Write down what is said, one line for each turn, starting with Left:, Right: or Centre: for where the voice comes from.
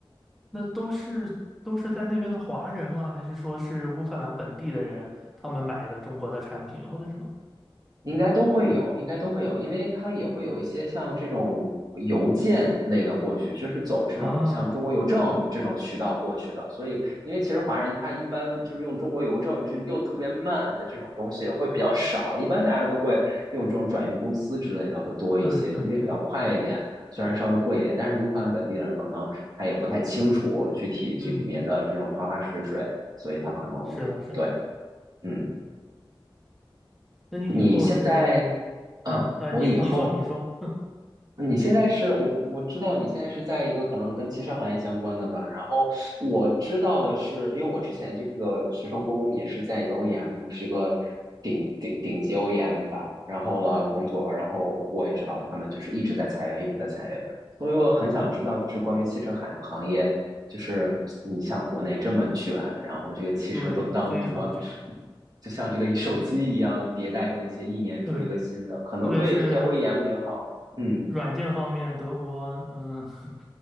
Centre: 那都是都是在那边的华人吗？还是说是乌克兰本地的人，他们买的中国的产品或者什么？
Right: 应该都会有，应该都会有，因为它也会有一些像这种邮件类的过去，就是走这种像中国邮政这种渠道过去的。
Centre: 啊，
Right: 所以，因为其实华人他一般就是用中国邮政，这又特别慢的这种东西会比较少，一般大家都会用这种转运公司之类的会多一些，
Centre: 对对对，
Right: 因为比较快一点，虽然稍微贵一点，但是乌克兰本地人可能他也不太清楚具体这里面的这种花花水水，
Centre: 嗯，
Right: 所以他可能对，
Centre: 是的，是的。
Right: 嗯。
Centre: 那你以后是，
Right: 你现在，嗯，
Centre: 哎，啊，
Right: 我以后，
Centre: 你你说你说，
Right: 你现在是我我知道你现在是在一个可能跟汽车行业相关的吧，然后我知道的是，因为我之前这个学生工也是在一个 OEM，是一个顶顶顶级 OEM 吧，然后了工作，然后我也知道他们就是一直在裁员，一直在裁员，所以我很想知道就是关于汽车行行业，就是你像国内这么卷，然后这个汽车都当什么？
Centre: 对，非常卷，
Right: 就像这个手机一样迭代更新，一年出一个新的，
Centre: 对，
Right: 可能对这些
Centre: 特别是
Right: OEM 也好，嗯。
Centre: 软件方面，德国，嗯，<laughs>